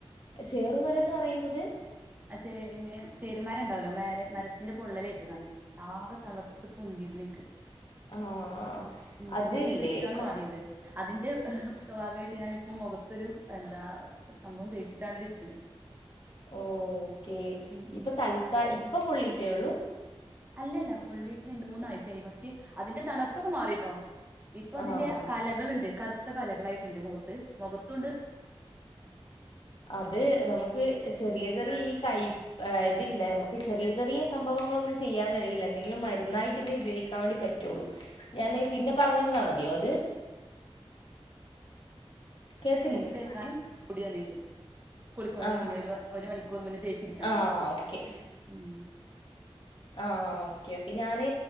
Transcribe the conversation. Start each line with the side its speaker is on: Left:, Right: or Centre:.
Left: ചേറുമരന്ന് പറയുന്നത്-
Right: അ ചേ ഇങ്ങെ ചേരുമരണ്ടാവല്ലോ മ മരത്തിന്റെ പൊള്ളലേറ്റതാണ് ആകെ തളർത്ത് പൊന്തി നിക്ക്
Left: ആഹ്
Right: ഉം
Left: അതില്ലേ
Right: സൂചിയൊക്കെ വെച്ചിട്ടാണ്
Left: കൊ
Right: മാറിയത് അതിന്റെ ഭാഗമായിട്ട് ഞാൻ ഇപ്പം മുഖത്തൊരു എന്താ സംഭവം തേച്ചിട്ടാണ് ഒര് -
Left: ഓ ഓക്കേ
Right: ഉം
Left: ഇപ്പൊ
Right: ഉം
Left: തൽക്ക ഇപ്പൊ പൊള്ളീട്ടേ ഉള്ളൂ
Right: അല്ലല്ല പൊള്ളിയിട്ട് രണ്ട് മൂന്നാഴ്ച്ചയായി പക്ഷെ അതിന്റെ തെണുപ്പൊക്കെ മാറിട്ടോ ഇപ്പൊ അതിന്റെ
Left: ആഹ്
Right: കലകളുണ്ട് കറുത്ത കലകളായിട്ടുണ്ട് മുഖത്ത് മുഖത്തുംയൊണ്ട് -
Left: അതെ നമുക്ക് ചെറിയ ചെറിയ ഈ കൈ- ആ ഇതില്ല നമുക്ക് ചെറിയ ചെറിയ സംഭവങ്ങളൊന്നും ചെയ്യാൻ കഴിയില്ല എന്തെങ്കിലും മരുന്നായിട്ട് തന്നെ ഉപയോഗിക്ക- വേണ്ടി പറ്റുള്ളൂ ഞാന് പിന്നെ പറഞ്ഞു തന്നാൽ മതിയോ അത് കേക്കുന്നില്ല
Right: മുഖത്തേക്കായി പൊടി തന്നിട്ടുണ്ട് കുളിക്കുന്നതിന്
Left: ആഹ്
Right: മുന്നേ ഒരു ഒരു മണിക്കൂർ മുന്നേ തെച്ചിരിക്കണം
Left: ആഹ് ഓക്കെ
Right: ഉം
Left: ആഹ് ഓക്കേ ഓക്കേ ഞാന്